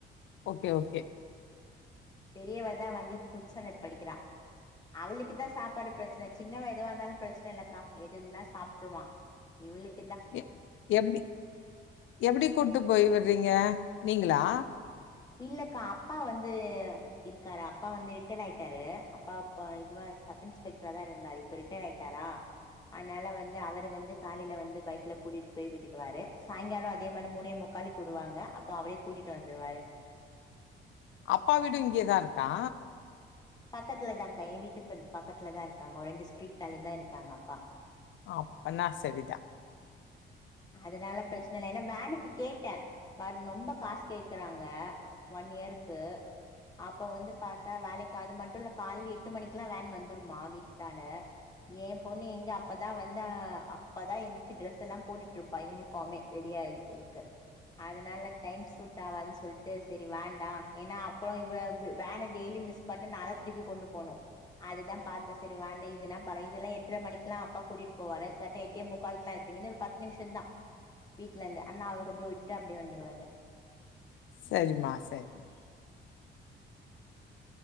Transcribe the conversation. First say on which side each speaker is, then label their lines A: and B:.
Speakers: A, on the left; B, on the left.
A: ஓகே ஓகே
B: பெரியவதா வந்து இப்ப ஃபிப்த் ஸ்டாண்டட் படிக்கிறா அவளுக்குதா சாப்பாடு ப்ரெச்ன சின்னவ எதா இந்தாலு ப்ரெச்ன இல்லக்கா எதுன்னா சாப்ட்டுருவா இவளுக்
A: எ எப்டி எப்படி கூட்டு போய்விட்றீங்க நீங்களா
B: இல்லக்கா அப்பா வந்து இருக்காரு அப்பா வந்து ரிட்டர் ஆய்ட்டாரு அப்பா அப்பா இதுவ சப் இன்ஸ்பெக்ட்ரா தா இருந்தாரு இப்ப ரிட்டர் ஆயிட்டாரா அத்னால வந்து அவரு வந்து காலில வந்து பைக்ல கூட்டிட் போய் விட்டுட்டுவாரு சாய்ங்காலோ அதே மாரி மூணே முக்காலுக் விடுவாங்க அப்பா அவரே கூட்டிட்டு வந்துருவாரு
A: அப்பா வீடு இங்யேதா இருக்கா
B: பக்கத்துலதான்க்கா ஏ வீட்டுக் <unintelligible> பக்கத்லதா இருக்காங் ஒஓர் ரெண்டு ஸ்ட்ரீட் தள்ளி தா இருக்காங்க அப்பா
A: அப்ப நா செரிதா
B: அதனால ப்ரெச்ன இல்ல ஏன்னா வேனுக்கு கேட்டே பட் ரொம்ப காசு கேக்கறாங்க ஒன் யேருக்கு அப்ப வந்து பாத்தா வேலைக் அது மட்டுல்ல கால எட்டு மணிக்ல்லா வேன் வந்துடுமா வீட்டான்ட ஏ பொண்ணு எங்க அப்பதா வந்து அ அப்பதா எந்திச்சி ட்ரெஸெல்லா போட்டுருப்ப யூனிஃபாமே ரெடியாயி இருக்க அதனால டைம் சூட் ஆவாதுன் சொல்ட்டு செரி வேண்டா ஏன்னா அப்றோ இவ வ் வேன டெய்லி மிஸ் பன்டு நா தா திருப்பி கொண்டு போனோ அதுதா பாத்த செரி வேண்ட இதுனா ப இதெல்லா எட்ர மணிக்லா அப்பா கூட்டிட்டு போவாரு கரெட்டா எட்டே முக்கால்க்குலா <unintelligible> இங்கந்து ஒரு பத்து நிம்ஷ தா வீட்ல இருந்து அண்ணா அவரு கொண்டு போய் விட்டுட்டு அப்டே வந்துருவரு
A: சரிம்மா, சரிம்மா.